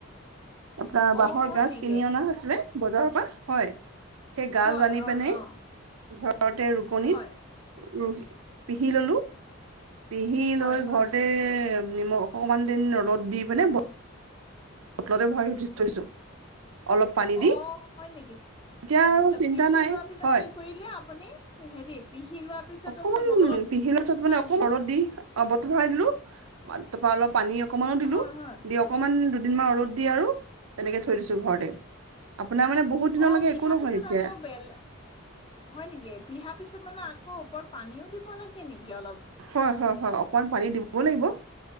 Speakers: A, on the right; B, on the left.
A: আপোনাৰ
B: অ
A: বাঁহৰ
B: হয়
A: গাজ
B: নেকি
A: কিনি অনা হৈছিলে। বজাৰৰ পা হয়। সেই গাজা
B: হয়
A: আনি
B: হয়
A: পেনেই
B: অ
A: ঘ ওচৰতে ৰুকনিত
B: হয়
A: হু পিহি ল'লো পিহি
B: হয়
A: লৈ
B: হয়
A: ঘৰতে নিমখ অকণমান দিন ৰ'দ দি পিনে বট বটলতে ভৰাই থৈ দিছো। অলপ পানী দি
B: অ', হয়, নেকি
A: এতিয়া আৰু চিন্তা
B: পিহি
A: নাই
B: লোৱাৰ পিছত
A: হয়
B: কি কৰিলে আপুনি? হেৰি পিহি লোৱাৰ পিছত
A: অকমান
B: তাৰপিছত বটলত
A: পিহি লোৱা পিছত
B: ভৰাই
A: মানে অকন
B: দিলে
A: ৰ'দত দি অ', বটলো ভৰাই দিলো তাৰপা অলপ পানী অক অকমানো দিলো
B: হয় হয়
A: দি অকমান দুদিনমান ৰ'দ দি আৰু তেনেকে থৈ দিছো ঘৰতে। আপোনাৰ মানে বহুত দিনলৈকে
B: অ', পিহা
A: একো নহয়
B: পিছত
A: তেতিয়া
B: আকৌ বেল হয় নেকি? পিহা পিছত মানে আকৌ ওপৰত পানীও দিব লাগে নেকি অলপ?
A: হয়, হয়, হয় অকমান পানী দিবও লাগিব।